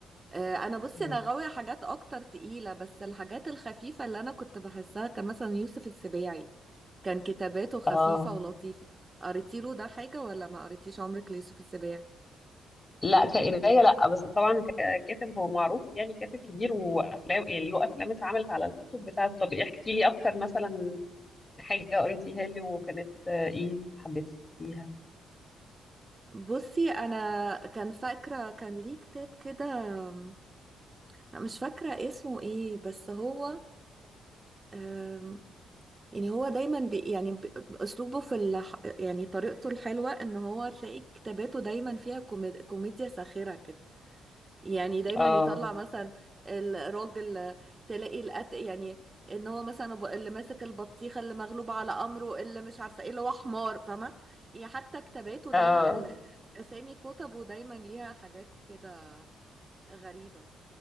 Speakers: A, on the right; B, on the left.
A: آه، انا بصي
B: مم.
A: انا غاويه حاجات اكتر تقيله بس الحاجات الخفيفه اللي انا كنت بحسها كان مثلا يوسف السباعي كان كتاباته خفيفه
B: اه
A: ولطيفه قريتي له ده حاجه ولا ما قريتيش عمرك ليوسف السباعي
B: لا كقراية لا بس طبعا ككاتب هو معروف يعني كاتب كبير وافلام يعني له افلام اتعملت على الكتب بتاعته طب احكي لي اكتر مثلا حاجة قريتيها لي وكانت آه، ايه حبيتيها
A: بصي انا كان فاكره كان ليه كتاب كده أم، مش فاكره اسمه ايه بس هو أم، يعني هو دايما بي يعني ب- اسلوبه في الح... يعني طريقته الحلوه ان هو تلاقي كتاباته دايما فيها كوميد... كوميديا ساخره كده يعني دايما
B: اه
A: يطلع مثلا الراجل تلاقي الأت... يعني ان هو مثلا ب- اللي ماسك البطيخه اللي مغلوب على امره اللي مش عارفه ايه اللي هو حمار فاهمه يعني حتى كتاباته
B: اه
A: دايما ال- اسامي كتبه دايما ليها حاجات كده غريبه